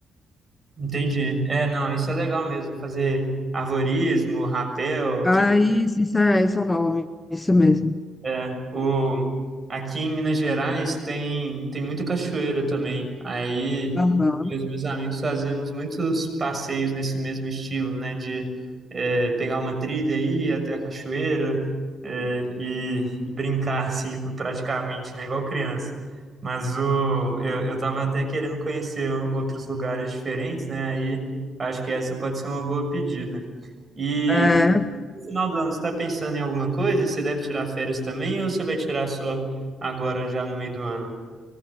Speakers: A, on the right; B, on the left.
A: Entendi. É, não, isso é legal mesmo. Fazer arvorismo, rapel,
B: Aí,
A: tipo,
B: isso isso é, esse é o nome, isso mesmo.
A: é, o aqui em Minas Gerais tem tem muita cachoeira também. Aí
B: Aham.
A: os meus amigos fazíamos muitos passeios nesse mesmo estilo, né? De eh, pegar uma trilha e ir até a cachoeira eh, e, e brincar, assim, praticamente, né? Igual criança. Mas o, eu, eu tava até querendo conhecer outros lugares diferentes, né? Aí acho que essa pode ser uma boa pedida. E
B: É,
A: no final do ano, você está pensando em alguma coisa? Você deve tirar férias também ou você vai tirar só agora, já no meio do ano?